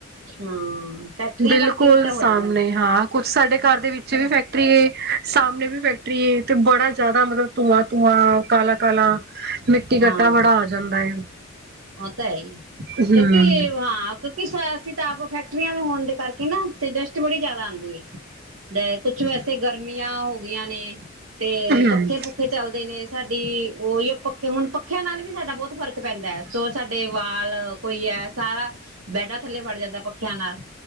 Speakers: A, on the right; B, on the right.
A: ਹਾਂ ਫੈਕਟਰੀਆਂ
B: ਬਿਲਕੁਲ
A: ਕਰਕੇ ਵੀ ਤਾਂ ਹੋ
B: ਸਾਹਮਣੇ
A: ਜਾਂਦਾ ਨਾ
B: ਹਾਂ। ਕੁਛ ਸਾਡੇ ਘਰ ਦੇ ਵਿੱਚ ਵੀ ਫੈਕਟਰੀ ਸਾਹਮਣੇ ਵੀ ਫੈਕਟਰੀ। ਤੇ ਬੜਾ ਜ਼ਿਆਦਾ ਮਤਲਬ ਧੂੰਆਂ ਧੂੰਆਂ ਕਾਲਾ ਕਾਲਾ। ਮਿੱਟੀ ਕੱਟਾ
A: ਹਾਂ
B: ਬੜਾ ਹੋ ਜਾਂਦਾ ਹੈ।
A: ਊ ਤੇ ਹੈ ਹੀ।
B: ਹਮ
A: ਕਿਉਂਕਿ ਹਾਂ ਕਿਉਂਕਿ ਸ ਅੱਸੀ ਤਾ ਆਪ ਫੈਕਟ ਫੈਕਟਰੀਆਂ ਦੇ ਹੋਣ ਦੇ ਕਰਕੇ ਨਾ ਤੇ ਡਸਟ ਬੜੀ ਜਿਆਦਾ ਆਂਦੀ ਹੈ ਤੇ ਕੁਛ ਵੈਸੇ ਤੇ ਗਰਮੀਆਂ ਹੋ ਗਈਆਂ ਨੇ ਤੇ
B: ਹਮ
A: ਪੱਖੇ ਪੁੱਖੇ ਚੱਲਦੇ ਨੇ, ਸਾਡੀ ਉਹਿਓ ਹੁਣ ਪੱਖਿਆਂ ਨਾਲ ਵੀ ਸਾਡਾ ਬਹੁਤ ਫਰਕ ਪੈਂਦਾ ਹੈ, ਸੋ ਸਾਡੇ ਵਾਲ ਕੋਈ ਹੈ ਸਾਰਾ ਬੈਡਾਂ ਥੱਲੇ ਵੜ ਜਾਂਦਾ ਪੱਖਿਆਂ ਨਾਲ